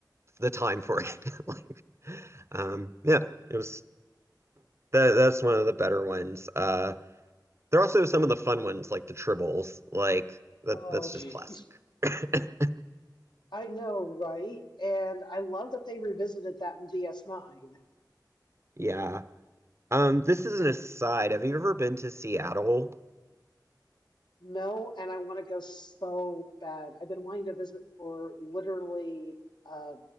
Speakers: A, on the right; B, on the left.
A: the time for it. <laughs> Like, um, yeah, it was that, that's one of the better ones. Uh, there are also some of the fun ones like the tribbles. Like that
B: Oh,
A: that's
B: geez.
A: just classic. <laughs>
B: I know, right? And I love that they revisited that in DS9.
A: Yeah. Um, this is an aside. Have you ever been to Seattle?
B: No, and I want to go so bad. I've been wanting to visit for literally uh,